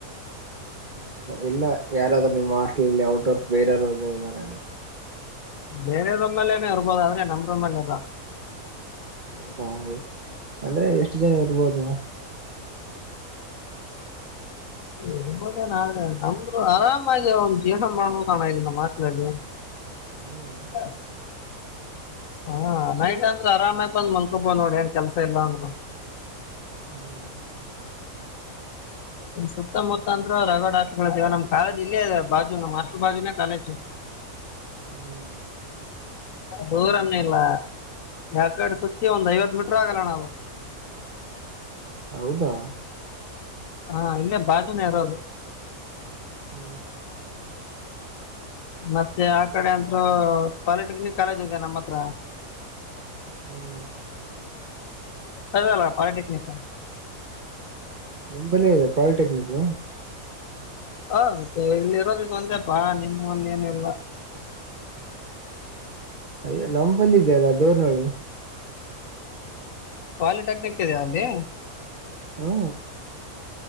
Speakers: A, on the right (about 35°); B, on the left (about 65°).
A: ಹೌದಾ ಇಲ್ಲ ಯಾರಾದ್ರು ನಿಮ್ಮ್ ಹಾಸ್ಟೆಲಲ್ಲಿ ಔಟ್ ಆಫ್ ಬೇರೆರವ್ರೂ ಇದ್ದಾರೆನೊ.
B: ಬೇರೆ ರೂಮ್ನನಲ್ಲೆನೆ ಇರ್ಬೋದು ಆದ್ರೆ ನಮ್ರೂಮಲಲ್ಲ.
A: ಹೌದಾ ಅಂದ್ರೆ ಎಷ್ಟು ಜನ ಇರ್ಬೋದು? <inaudible>
B: ಇರ್ಬೊದಣ ಆದ್ರೆ ನಮ್ರು ಆರಾಮಾಗಿ ಒಂದು ಜೀವ್ನ ಮಾಡ್ಬೋದಣ ಇಲ್ಲಿ ನಮ್ ಹಾಸ್ಟಲ್ಲಿ.
A: ಹ್ಮ್
B: ಹ ಹಾ ನೈಟ್ ಅಂದ್ರ ಆರಾಮಾಗ್ ಬಂದ್ ಮಲ್ಕೊಬೋ ನೋಡಿ ಏನ್ ಕೆಲ್ಸ ಇಲ್ಲ ಅಂದ್ರು.
A: ಹ್ಮ್
B: ಇ ಸುತ್ತಮುತ್ತ ಅಂತ ರಗಡ್ ಹಾಲ್ಗಳಿವೆ ನಮ್ ಕಾಲೇಜ ಇಲ್ಲೇ ಅದೆ ಬಾಜು ನಮ್ ಹಾಸ್ಟ್ಲು ಬಾಜುನೇ ಕಾಲೇಜ್.
A: ಹ್ಮ್
B: ದೂರನ್ನೆಲ್ಲ ಯಾಕಡೆ ಸುತ್ತಿ ಒಂದ್ ಐವತ್ತು ಮೀಟ್ರ ಆಗಲ್ಲಣ ಅವು.
A: ಹೌದಾ?
B: ಹಾ ಇಲ್ಲೇ ಬಾಜುನೇ ಇರೋದು.
A: ಹ್ಮ
B: ಮತ್ತೆ ಆ ಕಡೆ ಅಂತೂ ಪಾಲಿಟೆಕ್ನಿಕ್ ಕಾಲೇಜ್ ಇದೆ ನಮ್ಮತ್ರ.
A: ಹ್ಮ್
B: ಕ ಅಲ್ಲೆ ಪಲಿಟೆಕ್ನಿಕ.
A: ನಿಂಬಲ್ಲಿ ಇದ ಪಾಲಿಟೆಕ್ನಿಕ್.
B: ಹ ಮತ್ತೆ ಇಲ್ಲಿರೋದು ಇದೊಂದೆ ಪಾ ನಿಮ್ಮಲ್ಲಿ ಏನು ಇಲ್ಲ.
A: ಅಯ್ಯೋ ನಂಬಲ್ಲಿ ಇದೆಯಲ್ಲ ದೋರ್ನೋಳಿ.
B: ಪಾಲಿಟೆಕ್ನಿಕ್ ಇದೆಯಾ ಅಲ್ಲಿ.
A: ಹೂಂ